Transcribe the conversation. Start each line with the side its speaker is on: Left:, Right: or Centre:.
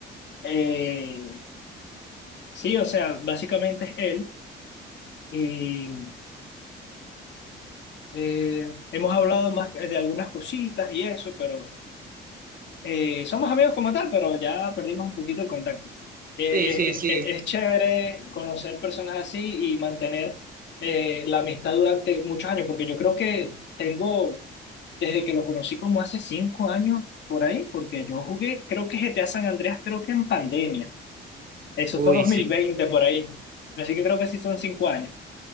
Left: eh, sí, o sea, básicamente es él y eh, hemos hablado más de algunas cositas y eso, pero... Eh, somos amigos como tal, pero ya perdimos un poquito el contacto. Eh,
Right: Sí, sí, sí.
Left: es, es- es chévere conocer personas así y mantener eh, la amistad durante muchos años, porque yo creo que tengo, desde que lo conocí como hace cinco años por ahí, porque yo jugué, creo que GTA San Andreas, creo que en pandemia. Eso
Right: Uy,
Left: fue dos mil
Right: sí.
Left: veinte por ahí. Así que creo que sí son cinco años.